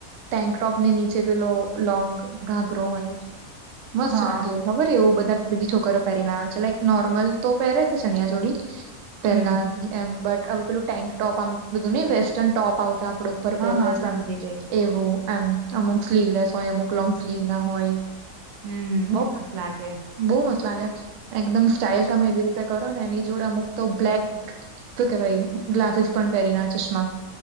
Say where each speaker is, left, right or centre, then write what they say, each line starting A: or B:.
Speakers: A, on the right (about 65°); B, on the right (about 85°).
A: ટેન્ક ટોપ ને નીચે પેલો લોંગ ઘાઘરો હોય. મસ્ત
B: હા
A: લાગે ખબર એવું બધા પેલી છોકરીઓ પહેરીને આવે છે, લાઈક નોર્મલ, તું પેહરે છે ચણીયા ચોળી પહેલા
B: હમ
A: એમ બટ હવે પેલું ટેન્ક ટોપ આમ બધું નઈ વેસ્ટર્ન ટોપ આવતા આપડે ઉપર
B: હા
A: પહેરીએ
B: હા
A: છીએ.
B: સમજી ગઈ
A: એવું આમ અમુક સ્લીવલેસ હોય, અમુક લોંગ સ્લીવ ના હોય.
B: હમ્મ બઉ મસ્ત લાગે.
A: બઉ મસ્ત લાગે એકદમ સ્ટાઈલ તમે એવી રીતે કરો ને એની જોડે અમુક તો બ્લેક શું કેવાય ગલાસીસ પણ પહેરી ના ચશ્મા,